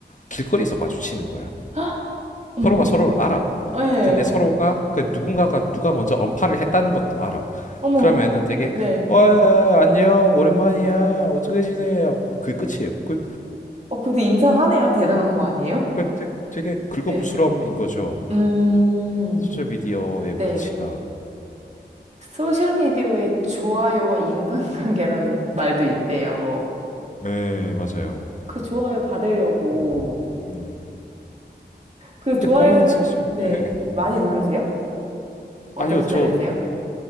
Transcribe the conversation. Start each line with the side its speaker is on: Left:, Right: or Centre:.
Left: 길거리에서 마주치는 거야.
Right: <gasps> 헉, 어머.
Left: 서로가 서로를 알아.
Right: 네.
Left: 근데 서로가 그 누군가가 누가 먼저 언팔을 했다는 것도 알아.
Right: 어머.
Left: 그러면은 되게
Right: 네.
Left: 와 안녕 오랜만이야 어떻게 지내? 하고 그게 끝이에요. 그
Right: 어, 그래도 인사하네요. 대단한 거 아니에요?
Left: 그러니까 되- 되게 긁어부스럼인
Right: 네.
Left: 거죠.
Right: 음,
Left: 소셜 미디어의
Right: 네.
Left: 위치가.
Right: 소셜미디어에 좋아요와 인간관계라는 <laughs> 말도 있대요.
Left: 네, 맞아요.
Right: 그 좋아요 받으려고.
Left: 네. 음.
Right: 그
Left: 근데
Right: 좋아요를
Left: 보면은 사실
Right: 네
Left: 예.
Right: 많이 누르세요? 어떤
Left: 아니요,
Right: 스타일이세요?
Left: 저